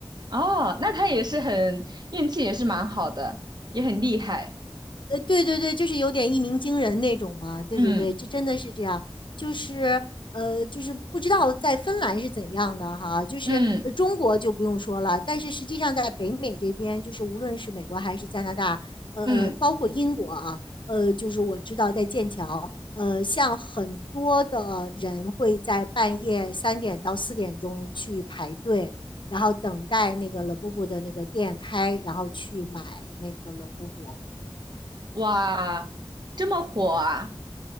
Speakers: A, on the right; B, on the left.
A: 哦，那它也是很运气也是蛮好的，也很厉害。
B: 呃，对对对，就是有点一鸣惊人那种嘛。对对对，
A: 嗯
B: 这真的是这样。就是呃，就是不知道在芬兰是怎样的哈，就是呃中国就不用说了，
A: 嗯
B: 但是实际上在北美这边，就是无论是美国还是加拿大，呃，
A: 嗯，
B: 包括英国啊，呃，就是我知道在剑桥，呃，像很多的人会在半夜三点到四点钟去排队。然后等待那个 l e b u b 的那个店开，然后去买那个 l e b u b
A: 哇，这么火啊！